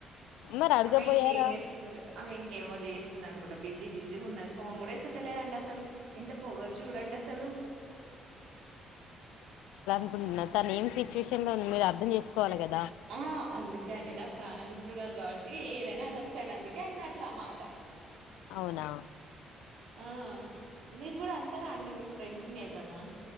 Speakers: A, on the left; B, on the right.
A: మరి అడగపోయారా
B: అమే ఇంకేం చేస్తుండది అమే ఇంకేమో చేస్తు వస్తుంది అనుకుంటా బిజీ బిజీ గా ఉంది ఫోన్ కూడా ఎత్తలేదండి అసలు ఎంత పొగరు చూడండి. అసలు
A: హ్ తను ఏ సిచ్యుషన్ లో మీరు ఆర్థం చేసుకోవాలి కదా
B: ఆ అందుకే అండి నా ప్రాణమిత్రృరాలు కాబట్టి ఏదైనా అనాచ్చండి అందుకే అట్లా అన్న మాట
A: అవునా
B: ఆ మీరు కూడా అంటారా అండి మీ ఫ్రెండ్స్ ని ఏమన్నా